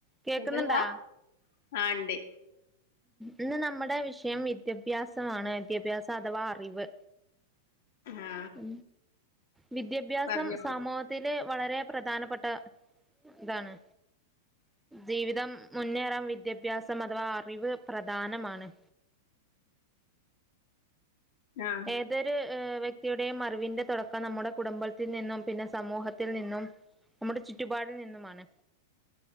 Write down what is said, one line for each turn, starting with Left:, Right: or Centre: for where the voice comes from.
Centre: കേക്കുന്നുണ്ടാ
Left: ശക്ക ആണ്ട്
Centre: ഇന്ന് നമ്മുടെ വിഷയം വിദ്യാഭ്യാസമാണ് വിദ്യാഭ്യാസം അഥവാ അറിവ്
Left: ആ
Centre: ഉ വിദ്യാഭ്യാസം
Left: പറഞ്ഞോളൂ
Centre: സമൂഹത്തിലെ വളരെ പ്രധാനപ്പെട്ട ഇതാണ് ജീവിതം മുന്നേറാൻ വി വിദ്യാഭ്യാസം അഥവാ അറിവ് പ്രധാനമാണ്
Left: ആ
Centre: ഏതൊരു ഹ് വ്യക്തിയുടെയും മറിവിന്റെ തുടക്കം നമ്മുടെ കുടുംബത്തിൽ നിന്നും പിന്നെ സമൂഹത്തിൽ നിന്നും നമ്മുടെ ചുറ്റുപാടിൽ നിന്നുമാണ്